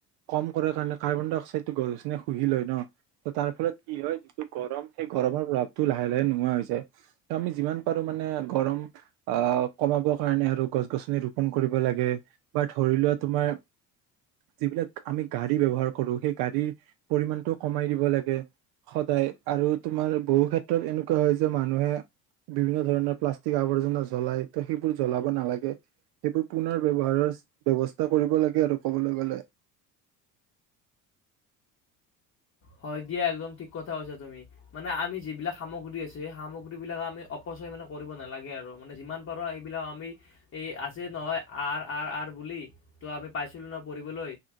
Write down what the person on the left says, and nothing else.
হয় দিয়া একদম ঠিক কথা কৈছা তুমি মানে আমি যিবিলাক সামগ্ৰী আছে সেই সামগ্ৰী বিলাক আমি অপচয় মানে কৰিব নালাগে আৰু মানে যিমান পাৰো সেইবিলাক আমি এই আছে নহয় আৰ আৰ আৰ বুলি ত' আমি পাইছিলো ন পঢ়িবলৈ